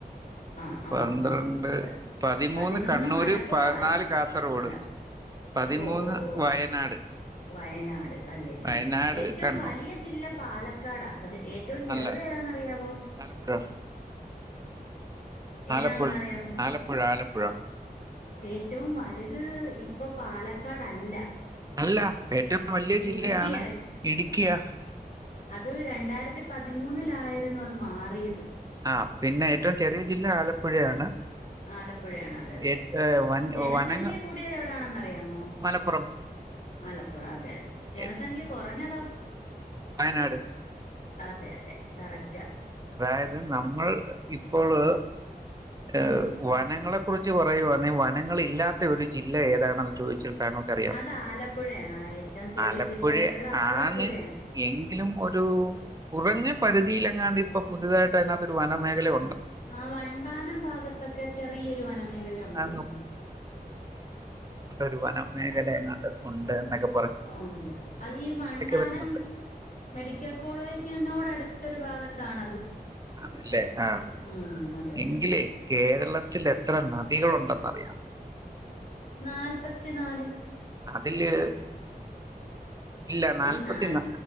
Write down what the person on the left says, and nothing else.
ആഹ് ആഹ്
ആഹ്
പതിനൊന്ന്
മലപ്പുറമായിരുന്നു
അല്ല
ഓ ഓ ഓ
വയനാട് അല്ലെ
ആഹ് ഏറ്റവും
വലിയ ജില്ല പാലക്കാടാ ഏറ്റവും ചെറു
തെതാന്നറിയാവോ
ഏതാണെന്നറിയാമോ
ഏറ്റവും വലുത് ഇപ്പൊ പാലക്കാടല്ല
ഇടുക്കിയായി
അത് രണ്ടായിരത്തി പതിമൂന്നിലായിരുന്നു അത് മാറിയത്
ആലപ്പുഴയാണ് അതെ അതെ
ജനസംഖ്യ
കൂടിയത് എവിടാണന്നറിയാമോ
മലപ്പുറം അതെ അതെ ജനസംഖ്യ
കൊറ പഞ്ഞതോ
അതെ അതെ കറക്റ്റാ
ഉം
അത് ആലപ്പുഴയാണ് ഏറ്റവും ചെറിയ
ജില്ലയായിട്ടുള്ള ആലപ്പുഴയാണ്
ആ വണ്ടാനം ഭാഗത്തൊക്കെ ചെറിയരു വനമേഖല ഉണ്ട്
വാ ഒണ്ട് അത് ഈ വണ്ടാനം
മെഡിക്കൽ കോളേജിനോട് അട് ത്തൊരു ഭാഗത്താണത്
ഉം അതെ അതെ
നാല്പ്ത്തി നാല്
അതിൽ
നാൽ